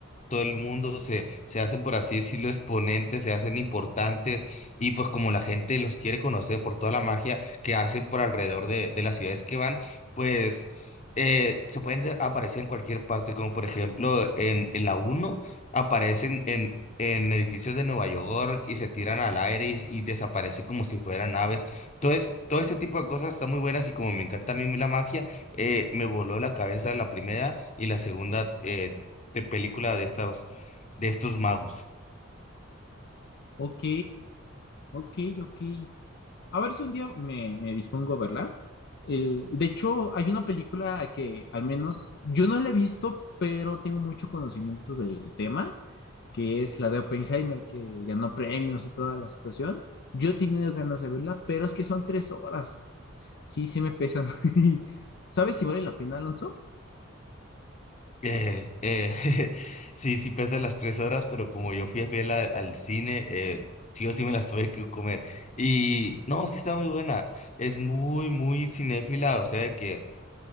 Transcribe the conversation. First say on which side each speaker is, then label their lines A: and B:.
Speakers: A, on the left (about 35°); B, on the left (about 55°).
A: todo el mundo se, se hacen, por así decirlo, exponentes, se hacen importantes y pues como la gente los quiere conocer por toda la magia que hacen por alrededor de, de las ciudades que van, pues eh, se pueden de- aparecer en cualquier parte, como por ejemplo en, en la uno aparecen en... en edificios de Nueva York y se tiran al aire y, y desaparecen como si fueran aves. Todo, es- todo ese tipo de cosas están muy buenas y como me encanta a mí la magia, eh, me voló la cabeza la primera y la segunda eh, de película de estas, de estos magos.
B: Ok, ok, ok. A ver si un día me, me dispongo a verla. El, de hecho, hay una película que al menos yo no la he visto, pero tengo mucho conocimiento del tema. que es la de Oppenheimer, que ganó premios y toda la situación. Yo he tenido ganas de verla, pero es que son tres horas. Sí, sí me pesan. <laughs> ¿Sabes si vale la pena, Alonso?
A: Eh, eh, <laughs> sí, sí pesa las tres horas, pero como yo fui a fiel al, al cine, eh, sí o sí me las tuve que comer. Y no, sí está muy buena. Es muy, muy cinéfila, o sea que